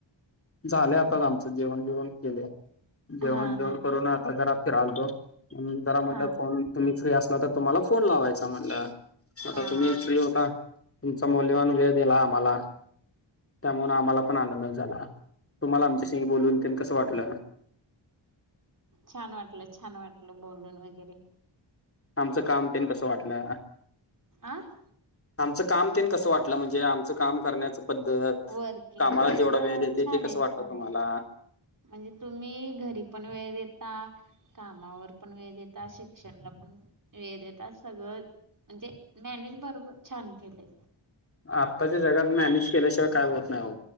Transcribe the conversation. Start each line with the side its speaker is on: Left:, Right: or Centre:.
Left: झालंय आताच आमचं जेवण बीवण केले, जेवण
Right: हा
Left: बिवण
Right: हा
Left: करून आता जरा फिराल आल्तो. जरा म्हणलं,
Right: हा हा
Left: फोन तुम्ही फ्री असला तर तुम्हाला फोन लावायचा म्हणलं. आता
Right: हा
Left: तुम्ही फ्री होता तुमचा मौल्यवान वेळ दिला आम्हाला त्यामुळे आम्हाला पण आनंद झाला. तुम्हाला आमच्याशिंग बोलून तेन कसं वाटलं?
Right: छान वाटलं, छान वाटलं बोलून वगरे.
Left: आमचं काम तेन कसं वाटलं?
Right: आं?
Left: आमचं काम तेन कसं वाटलं? म्हणजे आमचं काम करण्याचं पद्धतच,
Right: वर्किंग
Left: कामाला
Right: वगैरे
Left: जेवढा
Right: हा
Left: वेळ देते
Right: छान
Left: ते कसं
Right: आहे
Left: वाटतं
Right: छान
Left: तुम्हाला?
Right: आहे म्हणजे तुम्ही घरी पण वेळ देता कामावर पण वेळ देता, शिक्षणला पण वेळ देता, सगळं, म्हणजे मॅनेज बरोबर छान केलेय.
Left: आत्ताच्या जगात मॅनेज केल्याशिवाय काय होत नाही हो.